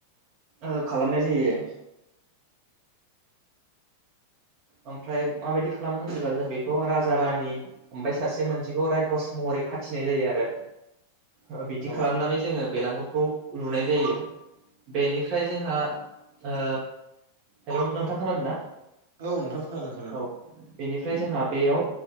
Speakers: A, on the right; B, on the right.
A: खोमै खालामनाय जायो। ओमफ्राय माबायदि खालामो होनोबा जों बेखौ राजा रानि ओमफ्राय सासे मोनसेखौ रायकस महरै फाथिनाय जायो आरो
B: <unintelligible>
A: ओ बिदि
B: औ
A: खालामनानै जोङो बेलांगुर खौ लुनाय जायो बेनिफ्राय जोंहा ओ हेलौ नोंथां खोनादोंना
B: औ नोंथां खोनादों खोनादों
A: औ बेनिफ्राय जोंहा बेयाव